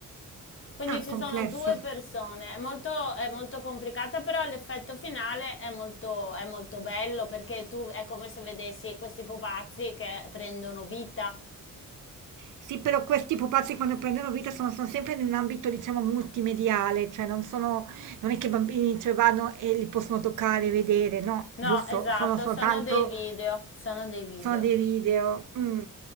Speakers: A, on the left (about 40°); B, on the right (about 65°).
A: Quindi
B: Ah,
A: ci
B: complesso.
A: sono due persone, è molto, è molto complicata, però l'effetto finale è molto, è molto bello perché tu è come se vedessi questi pupazzi che prendono vita.
B: Sì, però questi pupazzi quando prendono vita sono, sono sempre in un ambito, diciamo, multimediale, cioè non sono, non è che i bambini ci vanno e li possono toccare e vedere, no,
A: No,
B: giusto,
A: esatto,
B: sono soltanto,
A: sono dei video, sono dei video.
B: sono dei video. mm.